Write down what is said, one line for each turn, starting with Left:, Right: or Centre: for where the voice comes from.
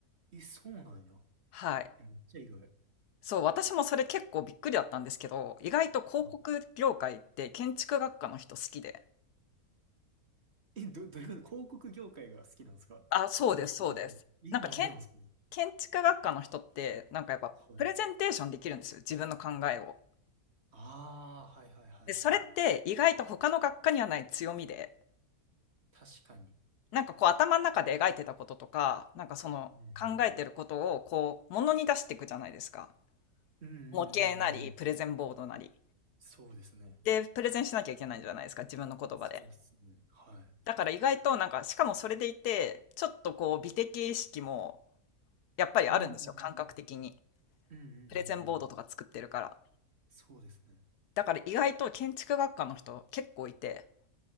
Right: え、そうなんや。
Left: はい。
Right: え、めっちゃ意外。
Left: そう、私もそれ結構びっくりだったんですけど、意外と広告業界って建築学科の人好きで。
Right: はい。え、ど、どういうこと広告業界が好きなんですか建築。
Left: あ、そうです、そうです。
Right: え、
Left: なんか、
Right: なんでなんですか
Left: け建ん建築学科の人って、なんかやっぱ、
Right: はい。
Left: プレゼンテーションできるんですよ、自分の考えを。
Right: ああ、はいはいはいはい。
Left: で、それって意外と他の学科にはない強みで、
Right: 確かに。
Left: なんかこう頭の中で描いてたこととか、なんかその考えてることをこう、
Right: うん。
Left: ものに出していくじゃないですか。
Right: うんうんうんうん
Left: 模型なり、プレゼンボードなり。
Right: そうですね。
Left: で、プレゼンしなきゃいけないじゃないですか、自分の言葉で。
Right: そうですね。はい。
Left: だから意外となんか、しかもそれでいて、ちょっとこう、美的意識もやっぱりあるんですよ、
Right: うんうん
Left: 感覚的に。
Right: うん。うんうんうんうん。
Left: プレゼンボードとか作ってるから。
Right: そうですね。
Left: だから意外と建築学科の人結構いて、